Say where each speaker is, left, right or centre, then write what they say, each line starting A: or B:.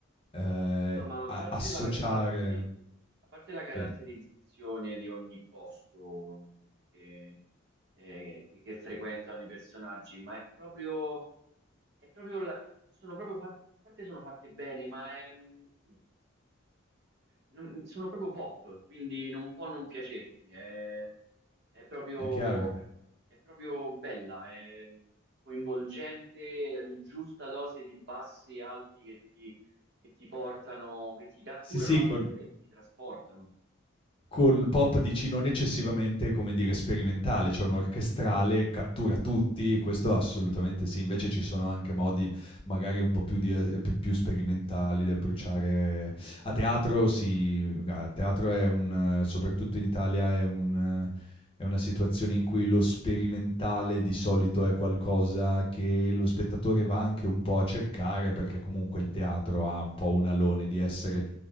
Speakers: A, on the left; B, on the right.
A: ehm,
B: No, ma a
A: a
B: parte
A: associare
B: la caratteri- a parte la caratterizzazione
A: sì,
B: di ogni posto che, eh, che- che frequentano i personaggi, ma è proprio, è proprio la- sono proprio fatte, a parte sono fatte bene, ma è, mm, non- sono proprio pop, quindi non può non piacerti. È, è proprio,
A: è chiaro.
B: è, è proprio bella, è coinvolgente, è giusta dose di bassi e alti che ti, che ti portano, che ti catturano
A: Sì, sì,
B: l'attenzione
A: con
B: e ti trasportano.
A: col pop dici non eccessivamente, come dire, sperimentale, cioè un orchestrale, cattura tutti, questo assolutamente sì. Invece ci sono anche modi magari un po' più di ehm, più più sperimentali di approcciare a teatro si a teatro è un eh, soprattutto in Italia è un è una situazione in cui lo sperimentale di solito è qualcosa che lo spettatore va anche un po' a cercare, perché comunque il teatro ha un po' un alone di essere